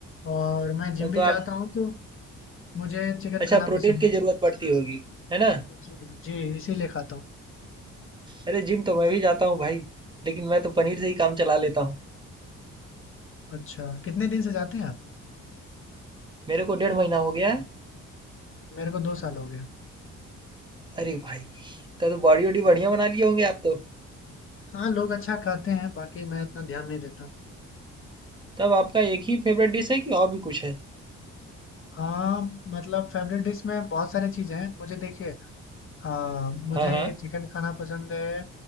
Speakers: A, on the left; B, on the right.
A: और मैं जिम
B: तो, तो
A: भी
B: आप
A: जाता हूँ तो मुझे चिकन
B: अच्छा
A: खाना
B: प्रोटीन
A: पसंद
B: की
A: है
B: ज़रूरत पड़ती होगी है ना
A: जी जी इसीलिए खाता हूँ
B: अरे जिम तो मैं भी जाता हूँ भाई लेकिन मैं तो पनीर से ही काम चला लेता हूँ
A: अच्छा कितने दिन से जाते हैं आप
B: मेरे को डेढ़ महीना हो गया है
A: मेरे को दो साल हो गया
B: अरे भाई तब तो बॉडी वॉडी बढ़िया बना लिए होंगे आप तो
A: हाँ लोग अच्छा खाते हैं बाकी मैं इतना ध्यान नहीं देता
B: तब आपका एक ही फेवरेट डिश है कि और भी कुछ है
A: हाँ मतलब फेवरेट डिश में बहुत सारी चीज़ें हैं मुझे देखिए आ, मुझे
B: हाँ हाँ
A: चिकन खाना पसंद है